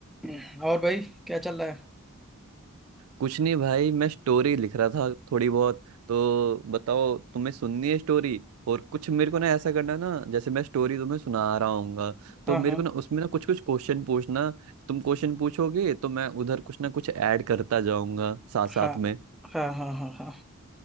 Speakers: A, in the centre; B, on the right.
A: हम्म, और भाई क्या चल रहा है
B: कुछ नहीं भाई मैं स्टोरी लिख रहा था थोड़ी बहुत तो बताओ तुम्हें सुननी है स्टोरी और कुछ मेरे को ना ऐसा करना है ना जैसे मैं स्टोरी तुम्हें सुना रहा हूँगा तो
A: हाँ
B: मेरे
A: हाँ
B: को ना उसमें ना कुछ कुछ क्वेश्चन पूछना तुम क्वेश्चन पूछोगे तो मैं उधर कुछ ना कुछ ऐड करता जाऊंगा साथ
A: हाँ
B: साथ में
A: हाँ हाँ हाँ हाँ